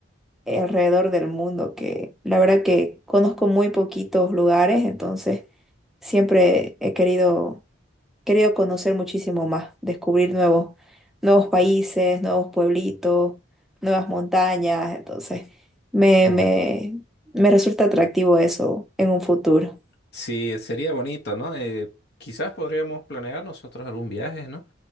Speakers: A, in the centre; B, on the left.
A: eh, alrededor del mundo, que la verdad que conozco muy poquitos lugares, entonces siempre he querido Querido conocer muchísimo más, descubrir nuevos, nuevos países, nuevos pueblitos, nuevas montañas. Entonces, me,
B: Ujú.
A: me, me resulta atractivo eso en un futuro.
B: Sí, sería bonito, ¿no? Eh, quizás podríamos planear nosotros algún viaje, ¿no?